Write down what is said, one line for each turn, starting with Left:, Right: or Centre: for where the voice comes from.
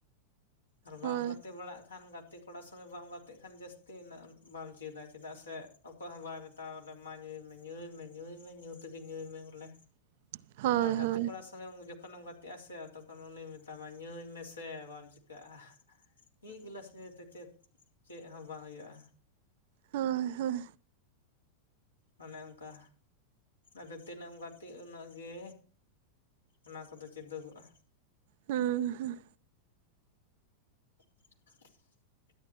Left: ᱟᱨ ᱵᱟᱢ
Right: ᱦᱳᱭ
Left: ᱜᱟᱛᱮ ᱵᱟᱲᱟᱜ ᱠᱷᱟᱱ ᱜᱟᱛᱮ ᱜᱟᱛᱮ ᱠᱚᱲᱟ ᱥᱚᱸᱜᱮ ᱵᱟᱢ ᱜᱟᱛᱮᱜ ᱠᱷᱟᱱ ᱡᱟᱹᱥᱛᱤ ᱩᱱᱟᱹᱜ ᱵᱟᱢ ᱪᱮᱫᱟ ᱪᱮᱫᱟᱜ ᱥᱮ ᱚᱠᱚᱭ ᱦᱚᱸ ᱵᱟᱭ ᱢᱮᱛ ᱛᱟᱣ ᱵᱚᱞᱮ ᱢᱟ ᱧᱩᱭᱢᱮ ᱧᱩᱭ ᱢᱮ ᱧᱩᱭᱢᱮ ᱧᱩ ᱛᱮᱜᱮ ᱧᱩᱭ ᱢᱮ ᱵᱚᱞᱮ
Right: <inaudible>
Left: ᱟᱨ ᱜᱟᱛᱮ
Right: ᱦᱳᱭ
Left: ᱠᱚᱲᱟ ᱥᱚᱸᱜᱮ ᱡᱚᱠᱷᱚᱱᱮᱢ ᱜᱟᱛᱮᱜ ᱟᱥᱮ ᱛᱚᱠᱷᱚᱱ ᱩᱱᱤ ᱢᱮᱛᱟᱢᱟ ᱧᱩᱭ ᱢᱮᱥᱮ ᱵᱟᱢ ᱪᱤ ᱪᱤᱠᱟᱹᱜᱼᱟ ᱢᱤᱫ ᱜᱞᱟᱥ ᱱᱤᱭᱟᱹᱛᱮ ᱪᱮᱫ ᱪᱮᱫ ᱦᱚᱸ ᱵᱟᱝ ᱦᱩᱭᱩᱜᱼᱟ
Right: ᱦᱳᱭ ᱦᱳᱭ
Left: ᱚᱱᱮ ᱚᱱᱠᱟ ᱟᱛᱮ ᱛᱤᱱᱟᱹᱜ ᱮᱢ ᱜᱟᱛᱮᱜ ᱩᱱᱟᱹᱜ ᱜᱮ ᱚᱱᱟ ᱠᱚᱫᱚ ᱪᱮᱫᱟᱹᱜᱚᱜᱼᱟ
Right: ᱦᱸ
Left: <inaudible>